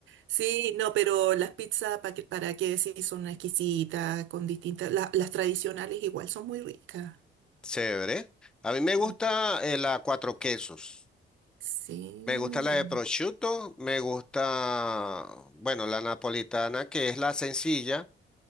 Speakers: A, on the right (about 75°); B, in the centre.
A: Sí, no, pero las pizzas, ¿para qué, para qué decir? Son exquisitas, con distintas... la- las tradicionales igual son muy ricas.
B: Chévere. A mí me gusta
A: Mm,
B: eh, la cuatro quesos.
A: Sí.
B: Me gusta la de prosciutto, me gusta, bueno, la napolitana, que es la sencilla,